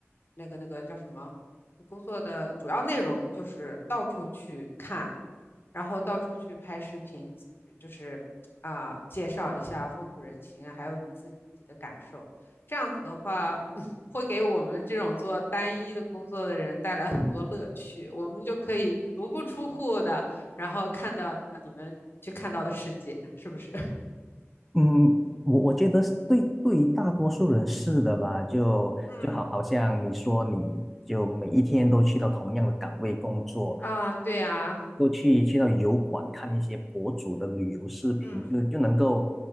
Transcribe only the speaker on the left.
那个那个叫什么？你工作的主要内容就是到处去看，然后到处去拍视频，就是啊、介绍一下风土人情啊还有你自己的感受。这样子的话，<laughs> 会给我们这种做单一的工作的人带来很多乐趣。我们就可以足不出户的，然后看到你们去看到的世界，是不是？
嗯啊，对呀，
嗯，